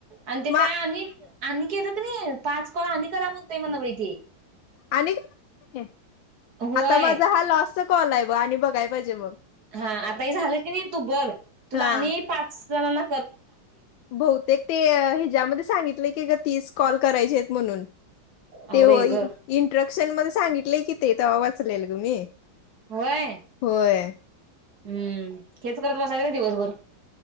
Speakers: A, on the right; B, on the left.
A: आणि ते
B: मा
A: काय आणिक आणि केलं कनी पाच कॉल आणि करा म्हणत म्हण बाई ते
B: आणि कनई
A: होय
B: आता माझा हा लास्टचा कॉल आहे बघ आणि बघाय पाहिजे मग
A: हा आता हे झालं की नाही तू बघ तुला
B: हा
A: आणि पाच झाल ना?
B: बहुतेक ते ज्यामध्ये सांगितलेय की ग तीस कॉल करायचे आहेत म्हणून
A: अहो
B: ते होय
A: बाई ग
B: इन ट्रक सश्केनमध्ये सांगितय कि ते तवा वाचलेल ग मी
A: होय
B: होय
A: हम्म हेच करत बसायच काय दिवसभर?